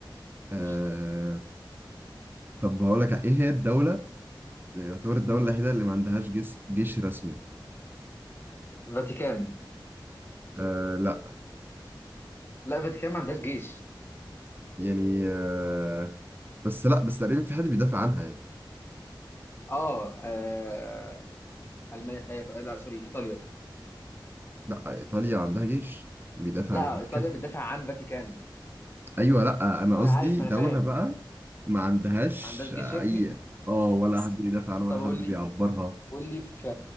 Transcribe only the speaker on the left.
قشطة
مم.
فاتيكان
لا فاتيكان ما عندهاش جيش
اه, آه... المانيا آه، لا سوري ايطاليا
لا
ايطاليا بتدافع عن فاتيكان
انا عارف انا
فاهم
ما عندهاش جيش
رسمي
طب قول
لي قول لي في